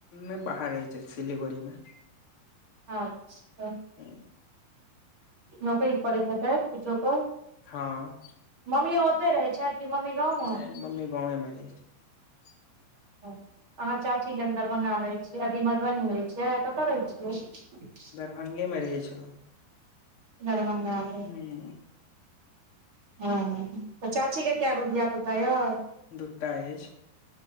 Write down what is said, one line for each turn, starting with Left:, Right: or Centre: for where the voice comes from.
Left: नहि बाहर रह छै सिलीगुड़ी मे
Right: अच्छा
Left: ह
Right: नौकरी करैत किछो क
Left: हँ
Right: मम्मी ओते रहै छथि कि मम्मी गांव में
Left: नहि मम्मी गाँवे मे <inaudible>
Right: ह अहाँ चाची लग दरभंगा मे रहै छियै अभी मधुबनी मे रहै छियै कतऽ रहै छियै
Left: दरभंगा में रहै छलहुँ
Right: दरभंगा मे
Left: हू
Right: हँ तऽ चाची के कए गो धियापुता यऽ
Left: दूटा अछी